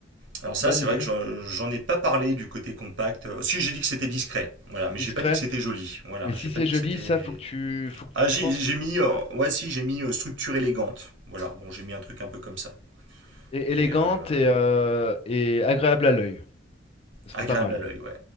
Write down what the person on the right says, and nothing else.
Alors ça,
c'est
vrai que j'en j'en ai pas parlé du côté compact. Euh, Si, j'ai dit que c'était discret, voilà, mais
j'ai pas dit que c'était joli, voilà,
j'ai
pas dit
que c'était...
Ah,
j'ai
j'ai mis, euh, ouais, si, j'ai mis euh, structure élégante, voilà, bon, j'ai mis un truc un peu comme ça.
Et
euh,
agréable
à l'œil, ouais.